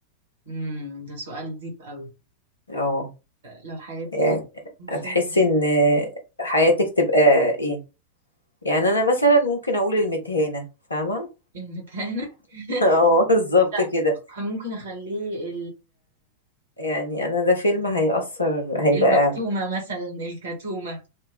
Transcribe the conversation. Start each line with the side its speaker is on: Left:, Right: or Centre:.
Right: امم ده سؤال ديب قوي
Left: اه
Right: لو حياتي
Left: يعني
Right: فيلم يكون فيلم
Left: هتحسي
Right: ايه
Left: ان حياتك تبقى ايه يعني انا مثلا ممكن اقول المتهانة فاهمة
Right: المتهانه <laughs>
Left: <laughs> اه بالظبط
Right: لا
Left: كده
Right: ممكن اخليه
Left: يعني انا ده فيلم هيأثر هيبقى
Right: المكتومة مثلا الكتومة